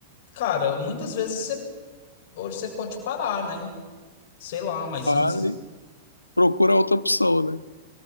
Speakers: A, on the left; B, on the left.
A: cara, muitas vezes você, hoje você pode parar, né? Sei lá, mas
B: Cara,
A: antes.
B: e Procura outra opção, né?